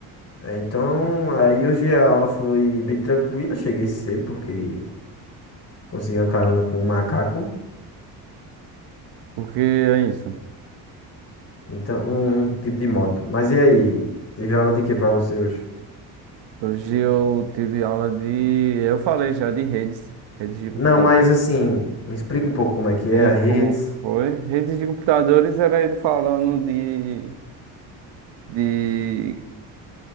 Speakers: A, on the left (about 35°); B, on the right (about 70°).
A: É, Então, aí hoje a aula foi bem tranquila. Cheguei cedo porque consegui uma carona com um macaco.
B: Porque é isso.
A: Então, um tipo de moto. Mas e aí? Teve aula de que para você hoje?
B: Hoje eu tive aula de, eu falei já de redes, redes de computadores.
A: Não, mas assim, me explica um pouco como é que é
B: Bem,
A: a redes.
B: como foi? Redes de computadores era ele falando de de,